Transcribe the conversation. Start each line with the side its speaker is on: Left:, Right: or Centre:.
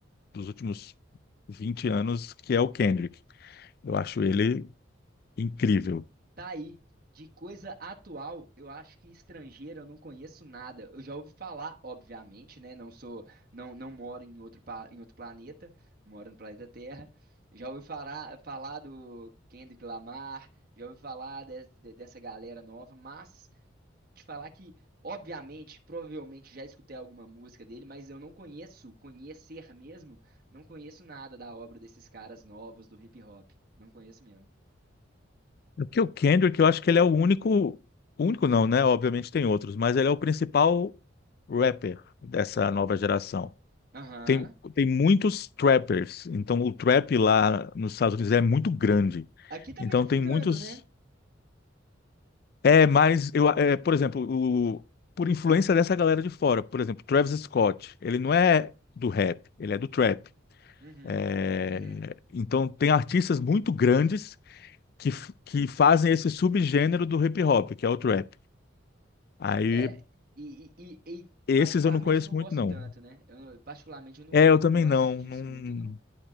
Left: dos últimos 20 anos, que é o Kendrick. Eu acho ele incrível.
Right: Tá aí. De coisa atual, eu acho que estrangeira eu não conheço nada. Eu já ouvi falar, obviamente, né? Não sou, não, não moro em outro, pa- em outro planeta, moro no planeta Terra. Já ouvi falar, falar do Kendrick Lamar, já ouvi falar des- de- dessa galera nova, mas te falar que, obviamente, provavelmente já escutei alguma música dele, mas eu não conheço, conhecer mesmo, não conheço nada da obra desses caras novos do hip hop. Não conheço mesmo.
Left: Porque o Kendrick, eu acho que ele é o único, único não, né? Obviamente tem outros, mas ele é o principal rapper dessa nova geração.
Right: Aham.
Left: Tem, tem muitos trappers, então o trap lá nos Estados Unidos é muito grande.
Right: Aqui também
Left: Então
Right: tá ficando,
Left: tem muitos.
Right: né?
Left: É, mas eu, é, por exemplo, o, por influência dessa galera de fora, por exemplo, Travis Scott, ele não é do rap, ele é do trap.
Right: Uhum.
Left: É,
Right: Uhum.
Left: então tem artistas muito grandes que, f- que fazem esse subgênero do hip hop, que é o trap. Aí
Right: É, e, e, e- e
Left: esses
Right: particularmente
Left: eu não conheço
Right: eu não
Left: muito,
Right: gosto
Left: não.
Right: tanto, né? Eu, não- particularmente eu não,
Left: É,
Right: eu
Left: eu
Right: não
Left: também
Right: gosto
Left: não.
Right: disso
Left: Não.
Right: muito, não.